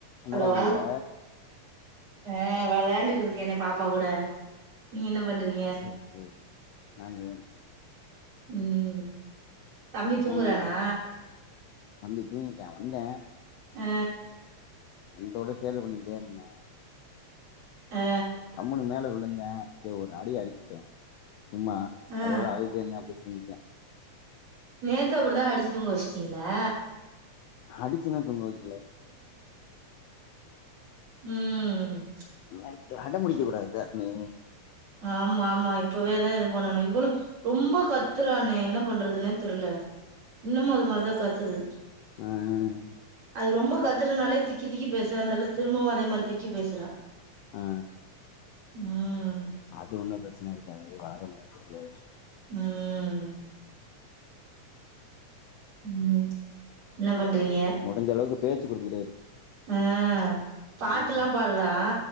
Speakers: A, on the left; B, on the right.
A: என்னப்பா
B: ஹலோ
A: பண்ற
B: ஆ வெளையாண்டு இருக்கேனே பாப்பா கூட நீங்க என்ன பண்றீங்
A: சேரி சேரி நன்றி நன்றி
B: ம் தம்பி தூங்குறானா
A: ஆ தம்பி தூங்கிட்டா வந்த
B: ஆ
A: வந்தோட சேட்ட பண்ணிடேருந்தா
B: ஆ
A: தம்முனு மேல விழுந்த சரி ஒரு அடி அடிச்சுட்டே சும்மா
B: ஆ
A: அதோட அழுதுகிட்டே இருந்த அப்டியே தூங்கிடா
B: நேத்து அப்புடிதா அடிச்சு தூங்க வேச்சிட்டீங்ளா
A: அடிச்சில்லா தூங்க வெக்
B: ம்
A: நேத்து அடம்புடிக்க கூடாது தரணி
B: ஆமா ஆமா இப்பவேதா இது பண்ணணு இவ்ளோ ரொம்ப கத்துறானே என்ன பண்றதுனே தெரில இன்னமும் அது மாரிதா கத்துது
A: ஆ ஆ
B: அது ரொம்ப கத்துறதுனாலே திக்கி திக்கி பேசுதான் தெர்ல திரும்பவு அதே மாரி திக்கி பேசுறா
A: ஆ
B: ம்
A: அது ஒன்னு பிரச்சன இருக்காது அது வேற மாரி சரியாயிடு
B: ம் ம் என்ன பண்றீங்க
A: ழுடிஞ்ச அளவுக்கு பேச்சு குடுத்துக்கிட்டே இரு
B: ஆ பாட்டுல்லா
A: ம்
B: பாட்றா